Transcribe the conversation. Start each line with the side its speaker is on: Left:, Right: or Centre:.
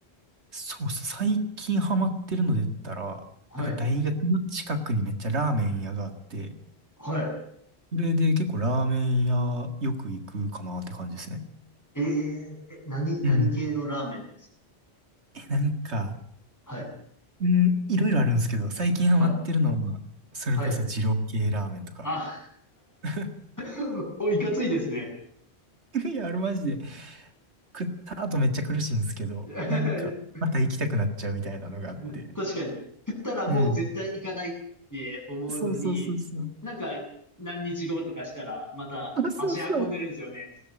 Right: そうそう、最近ハマってるので言ったら、
Left: はい。
Right: なんか大学の近くにめっちゃラーメン屋があって、
Left: はい。
Right: それで結構ラーメン屋よく行くかなって感じですね。
Left: えええ、何、何系のラーメン
Right: うん。え、なんか、
Left: はい。
Right: うん、いろいろあるんですけど、最近ハマってるのは、
Left: はい。
Right: それこそ二郎系ラーメンとか。
Left: はい。あ、
Right: <laughs>
Left: <laughs> お、いかついですね。
Right: いや、あれマジで、食った後めっちゃ苦しいんですけど、
Left: <laughs>
Right: なんか、
Left: 確
Right: また行きたくなっちゃうみたいなのがあって。
Left: かに。食ったらもう絶対行かないって思うのに、
Right: うん。そうそうそうそう。
Left: なんか何日後とかしたらまた足運んでるんですよね。
Right: そうそうそう。